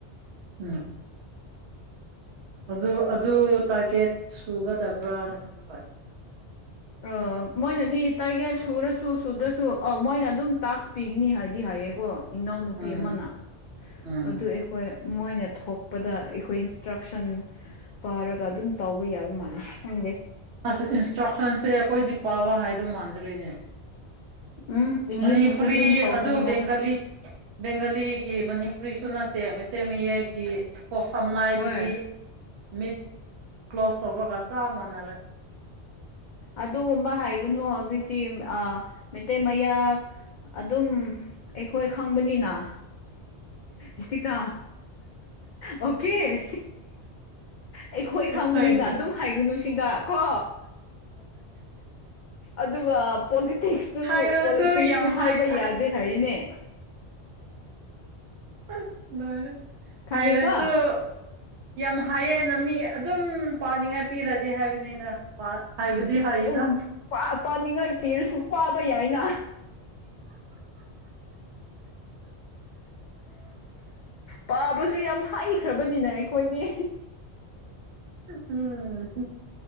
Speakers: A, on the right; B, on the left.
A: ꯎꯝ ꯑꯗꯨ ꯑꯗꯨ ꯇꯥꯏ ꯀꯦꯠ ꯁꯨꯒꯗꯕ꯭ꯔꯥꯅ ꯈꯟꯕ
B: ꯑ ꯃꯣꯏꯅꯗꯤ ꯇꯥꯔꯒꯦꯠ ꯁꯨꯔꯁꯨ ꯁꯨꯗ꯭ꯔꯁꯨ ꯑ ꯃꯣꯏꯅ ꯑꯗꯨꯝ ꯇꯥꯛꯁ ꯄꯤꯒꯅꯤ ꯍꯥꯏꯗꯤ ꯍꯥꯏꯌꯦꯀꯣ ꯏꯅꯥꯎꯅꯨꯄꯤ
A: ꯎꯝ
B: ꯑꯃꯅ
A: ꯎꯝ
B: ꯑꯗꯨ ꯑꯩꯈꯣꯏ ꯃꯣꯏꯅ ꯊꯣꯛꯄꯗ ꯑꯩꯈꯣꯏ ꯏꯟꯁꯇ꯭ꯔꯛꯁꯟ ꯄꯥꯔꯒ ꯑꯗꯨꯝ ꯇꯧꯕ ꯌꯥꯕ ꯃꯥꯜꯂꯦ ꯈꯪꯗꯦ
A: ꯑꯁ ꯏꯟꯁꯇ꯭ꯔꯛꯁꯟꯁꯦ ꯈꯣꯏꯗꯤ ꯄꯥꯕ ꯍꯥꯏꯗꯧ ꯃꯥꯟꯗꯔꯦꯅꯦ
B: ꯎꯝ ꯏꯪꯂꯤꯁꯅꯁꯨ
A: ꯃꯅꯤꯄꯨꯔꯤ
B: ꯑꯗꯨꯝ ꯊꯣꯛꯀꯅꯤꯗ
A: ꯑꯗꯨ ꯕꯦꯡꯒꯂꯤ ꯕꯦꯡꯒꯂꯤ ꯃꯅꯤꯄꯨꯔꯤꯁꯨ ꯅꯠꯇꯦ ꯃꯩꯇꯩ ꯃꯌꯦꯛꯀꯤ ꯀꯣꯛ ꯁꯝ ꯂꯥꯏꯗꯨꯗꯤ
B: ꯍꯣꯏ
A: ꯃꯤꯠ ꯀ꯭ꯂꯣꯁ ꯇꯧꯕꯒ ꯆꯥꯞ ꯃꯥꯟ <unintelligible>
B: ꯑꯗꯨꯒꯨꯝꯕ ꯍꯥꯏꯒꯅꯨ ꯍꯧꯖꯤꯛꯇꯤ ꯃꯩꯇꯩ ꯃꯌꯥ ꯑꯗꯨꯝ ꯑꯩꯈꯣꯏ ꯈꯪꯕꯅꯤꯅ ꯏꯁꯤꯀꯥ ꯑꯣ ꯀꯦ ꯀꯦ ꯑꯩꯈꯣꯏ ꯈꯪꯕꯅꯤꯅ
A: ꯍꯣꯏꯅꯦ
B: ꯑꯗꯨꯝ ꯍꯥꯏꯒꯨꯅꯨ ꯁꯤꯗ ꯀꯣ ꯑꯗꯨꯒ ꯄꯣꯂꯤꯇꯤꯛꯁꯁꯨ
A: ꯍꯥꯏꯔꯁꯨ
B: ꯄꯣꯂꯤꯇꯤꯛꯁꯁꯨ
A: ꯌꯥꯝ
B: ꯍꯥꯏꯕ
A: ꯍꯥꯏ
B: ꯌꯥꯗꯦ
A: ꯑꯣ
B: ꯍꯥꯏꯅꯦ
A: ꯑ ꯂꯣꯏꯔꯦ
B: ꯈꯪꯉꯦꯀꯣ
A: ꯍꯥꯏꯔꯁꯨ ꯌꯥꯝ ꯍꯥꯏꯌꯦ ꯅ ꯃꯤ ꯑꯗꯨꯝ ꯄꯥꯅꯤꯡꯉꯥꯏ ꯄꯤꯔꯗꯤ ꯍꯥꯏꯕꯅꯤꯗ ꯍꯥꯏꯕꯗꯤ
B: ꯎꯝ
A: ꯍꯥꯏꯗ
B: ꯑꯗꯨꯝ ꯄꯥꯅꯤꯡꯉꯥꯏ ꯄꯤꯔꯁꯨ ꯄꯥꯕ ꯌꯥꯏꯅ ꯄꯥꯕꯁꯨ ꯌꯥꯝ ꯍꯩꯈ꯭ꯔꯕꯅꯤꯅ ꯑꯩꯈꯣꯏꯗꯤ
A: ꯎꯝ